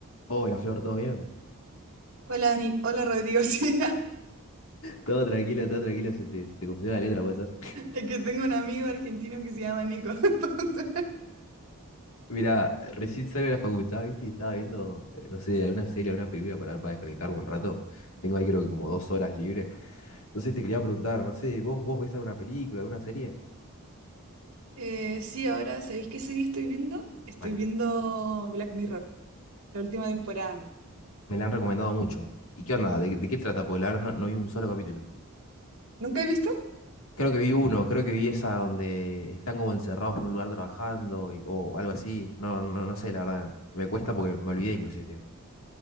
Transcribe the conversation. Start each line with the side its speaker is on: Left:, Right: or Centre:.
Left: Hola Flor, ¿todo bien?
Right: Hola, Ani- hola Rodrigo. <laughs> Sí,
Left: Todo tranquilo, todo tranquilo, se te, se te confundió la letra, puede ser.
Right: es que tengo un amigo argentino que se llama Nico. <laughs> Entonces,
Left: Mirá, recién salgo de la facultad, ¿viste? Y estaba viendo, eh, no sé, alguna serie, alguna película para ver, para desconectarme un rato. Tengo ahí creo que como dos horas libre. Entonces te quería preguntar, no sé, ¿vos, vos ves alguna película, alguna serie?
Right: eh, sí, ahora, ¿sabéis qué serie estoy viendo? Estoy
Left: ¿Cuál?
Right: viendo Black Mirror, la última temporada.
Left: Me la han recomendado mucho. ¿Y qué onda? ¿De, de qué trata? Porque la verdad no, no vi un solo capítulo.
Right: ¿Nunca he visto? <laughs>
Left: Creo que vi uno, creo que vi esa donde están como encerrados en un lugar trabajando y- o algo así. No, no, no sé, la verdad. Me cuesta porque me olvidé inclusive, tío.